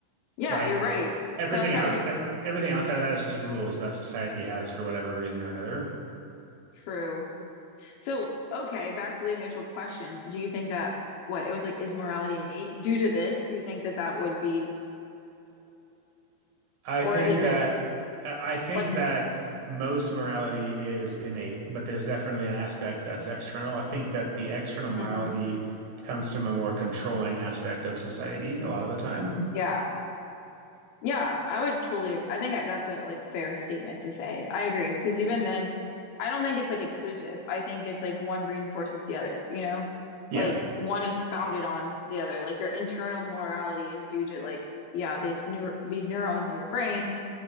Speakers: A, on the left; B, on the right.
A: Yeah,
B: Like
A: you're right.
B: everything
A: So that's why
B: else,
A: I think
B: every, everything outside of that is just rules that society has for whatever reason or another.
A: true. So, okay, back to the initial question. Do you think that what it was like, is morality innate due to this? Do you think that that would be,
B: I
A: or
B: think
A: is
B: that
A: it
B: I think
A: like,
B: that most morality is innate, but there's definitely an aspect that's external. I think that the external morality
A: Mm.
B: comes from a more controlling aspect of society a lot of the time.
A: yeah. Yeah, I would totally. I think I, that's a like fair statement to say. I agree because even then, I don't think it's like exclusive. I think it's like one reinforces the other, you know?
B: Yeah.
A: Like one is founded on the other. Like your internal morality is due to like yeah, this new these neurons in your brain